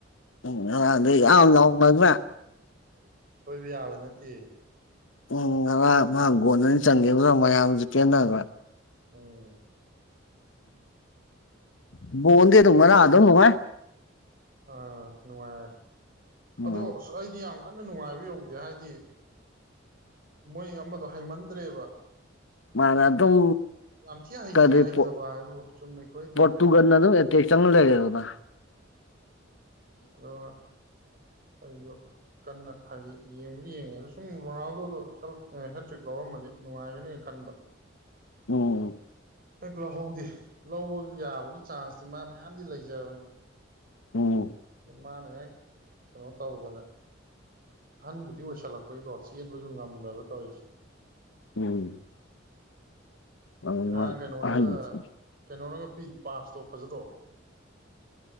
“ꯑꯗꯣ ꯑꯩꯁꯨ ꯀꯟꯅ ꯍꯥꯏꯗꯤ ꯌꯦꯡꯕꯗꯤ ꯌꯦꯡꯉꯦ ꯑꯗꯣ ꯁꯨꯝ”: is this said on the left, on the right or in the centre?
Right